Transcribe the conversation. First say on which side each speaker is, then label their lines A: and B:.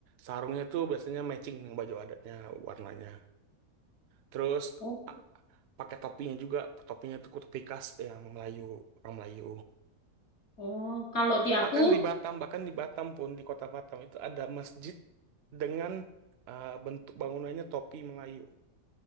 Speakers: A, on the right; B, on the left.
A: Sarungnya itu biasanya matching dengan baju adatnya warnanya. Terus
B: Oh.
A: a- pakai topinya juga, topinya tuh topi khas yang Melayu, orang Melayu.
B: Oh, kalau di aku,
A: Bahkan di Batam, bahkan di Batam pun di kota Batam itu ada masjid dengan eh, bentuk bangunannya topi Melayu.